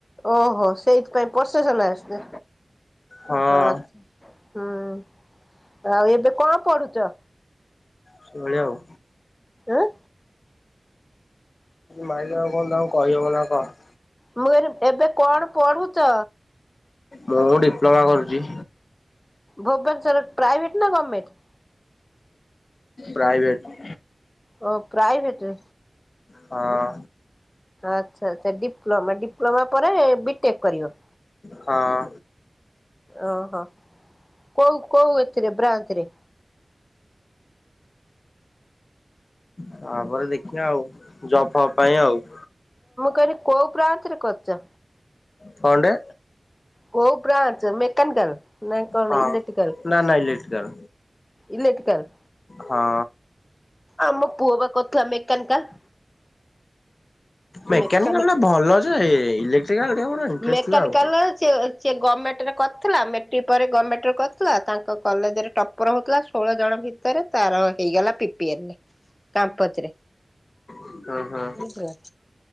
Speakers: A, on the left (about 25°); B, on the left (about 65°).
A: ଓହୋ ସେଇଥିପାଇଁ ପସେସନ୍ ଆସୁଛି।
B: ହଁ।
A: ଓହୋ ଆଛା ହୁଁ ଆଉ ଏବେ କଣ ପଢୁଛ?
B: ସେଭଳିଆ ଆଉ।
A: ଆଁ,
B: ମାଇଲ ଆଉ କଣ ତାଙ୍କୁ କହିହବ ନା କଣ।
A: ମୁଁ ଏଇନେ ଏବେ କଣ ପଢୁଚ?
B: ମୁଁ ଡିପ୍ଲୋମା କରୁଚି।
A: ଭୋବନେସର ପ୍ରାଇଭେଟ ନା ଗମେଣ୍ଟ।
B: ପ୍ରାଇଭେଟ
A: ଓ ପ୍ରାଇଭେଟରେ,
B: ହଁ
A: ଆଚ୍ଛା ଆଚ୍ଛା ଡିପ୍ଲୋମା ଡିପ୍ଲୋମା ପରେ ବିଟେକ୍ କରିବ।
B: ହଁ
A: ଓହୋ କୋଉ କୋଉ ଏଥିରେ ବ୍ରାନଚରେ?
B: ତାପରେ ଦେଖିବା ଆଉ ଜବ ଫବ ପାଇଁ ଆଉ
A: କହେ କୋଉ ପ୍ରାନ୍ତରେ କରୁଛ?
B: କଣ୍ଟେ
A: କୋଉ ବ୍ରାଞ୍ଚ ମେକାନିକାଲ ନା କଣ
B: ହଁ
A: ଇଲେକ୍ଟ୍ରିକଲ୍?
B: ନା ନା ଇଲେକ୍ଟ୍ରିକାଲ
A: ଇଲେଟିକାଲ୍
B: ହଁ।
A: ଆମ ପୁଅବା କଥିଲା ମେକାନିକାଲ।
B: ମେକାନିକାଲ
A: ମେକାନିକ
B: ଟା ଭଲ ଯେ ଇଲେକ୍ଟ୍ରିକାଲ ଟିକେ ମୋର ଇଣ୍ଟରେଷ୍ଟ
A: ମେକାନିକାଲ
B: ଥିଲା ଆଉ
A: ଚିଏ ସିଏ ଗମେଣ୍ଟରେ କରିଥିଲା ମେଟ୍ରିକ୍ ପରେ ଗମେଣ୍ଟରେ କରିଥିଲା ତାଙ୍କ କଲେଜରେ ଟପର ହେଉଥିଲା ଷୋହଳ ଜଣ ଭିତରେ ତାର ହେଇଗଲା ପିପିଏନ ରେ କାମ୍ପଚ ରେ।
B: ହୁଁ ହୁଁ।
A: ବୁଝିଲା